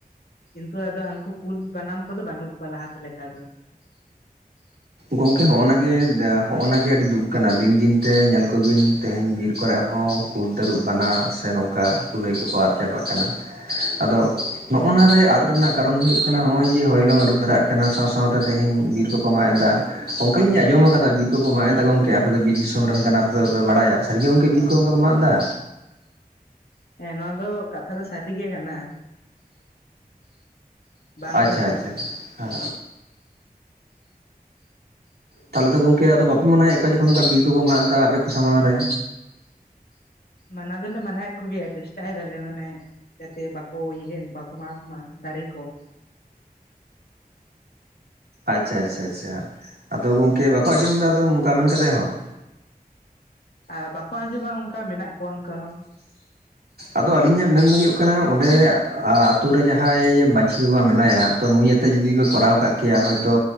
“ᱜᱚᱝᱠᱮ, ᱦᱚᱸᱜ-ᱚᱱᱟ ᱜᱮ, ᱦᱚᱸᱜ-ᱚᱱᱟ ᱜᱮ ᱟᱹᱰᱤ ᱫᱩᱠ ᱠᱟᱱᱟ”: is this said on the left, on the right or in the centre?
Right